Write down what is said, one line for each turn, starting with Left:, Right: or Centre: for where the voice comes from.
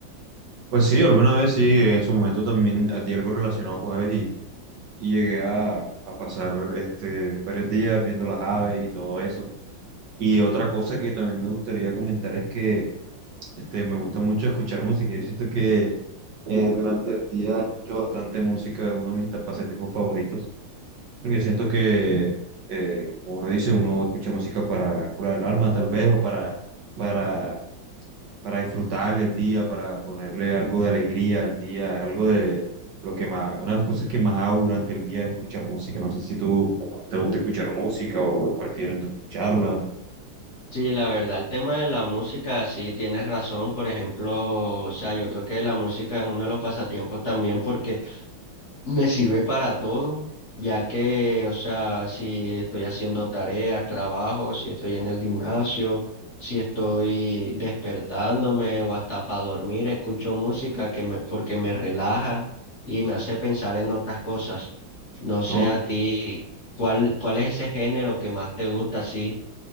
Right: Pues sí, alguna vez sí, en su momento también di algo relacionado con aves y, y llegué a, a pasar este, varios días viendo las aves y todo eso. Y otra cosa que también me gustaría comentar es que este, me gusta mucho escuchar música. Yo siento que Eh, durante el día escucho bastante música, es uno de mis ta- pasatiempos favoritos, porque siento que, eh, como uno dice, uno escucha música para curar el alma tal vez, o para, para, para disfrutar el día, para ponerle algo de alegría al día, es algo de lo que más, una de las cosas que más hago durante el día es escuchar música, no sé si tú te gusta escuchar música o prefieres no escucharla,
Left: Sí, la verdad, el tema de la música, sí, tienes razón. Por ejemplo, o sea, yo creo que la música es uno de los pasatiempos también porque Me sirve para todo, ya que, o sea, si estoy haciendo tareas, trabajo, si estoy en el gimnasio, si estoy despertándome o hasta para dormir, escucho música que me, porque me relaja y me hace pensar en otras cosas. No sé
Right: ¿no?
Left: a ti, ¿cuál, cuál es ese género que más te gusta así?